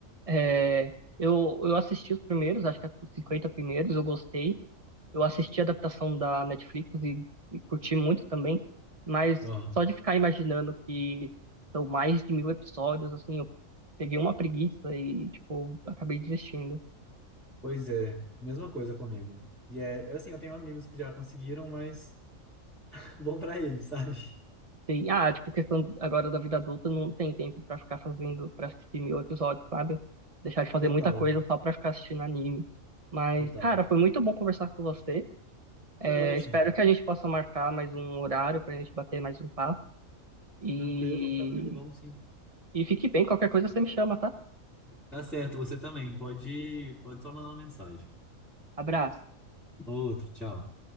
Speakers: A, on the right; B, in the centre.
A: É, eu, eu assisti os primeiros, acho que é os 50 primeiros, eu gostei. Eu assisti a adaptação da Netflix e, e curti muito também, mas
B: Aham.
A: só de ficar imaginando que são mais de mil episódios, assim, eu peguei uma preguiça e, tipo, acabei desistindo.
B: Pois é, mesma coisa comigo. E é, assim, eu tenho amigos que já conseguiram, mas. <laughs> Bom pra ele, sabe?
A: Tem, ah, tipo, questão agora da vida adulta, não tem tempo pra ficar fazendo, pra assistir mil episódios, sabe? Deixar de fazer
B: Total,
A: muita coisa só pra ficar assistindo anime. Mas,
B: total.
A: cara, foi muito bom conversar com você. É,
B: Foi ótimo.
A: espero que a gente possa marcar mais um horário pra gente bater mais um papo. E,
B: Tranquilo, tranquilo, vamos sim.
A: e fique bem, qualquer coisa você me chama, tá?
B: Tá certo, você também. Pode, pode só mandar uma mensagem.
A: Abraço.
B: Outro, tchau.